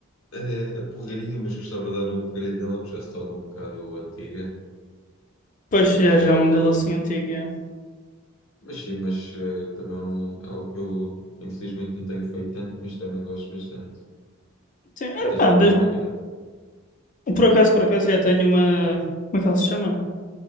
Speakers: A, on the left; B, on the left.
A: É, é porreirinha, mas gostava de dar um upgrade nela, porque já se torna um bocado antiga.
B: Pois
A: Mas,
B: já,
A: eh,
B: já é um modelo assim antigo, já.
A: mas sim, mas eh, também é um- é algo que eu infelizmente não tenho feito tanto, mas também gosto bastante.
B: Sim,
A: Tu
B: ah,
A: tens
B: pá,
A: alguma máquina?
B: Por acaso, por acaso já tenho uma. Como é que ela se chama?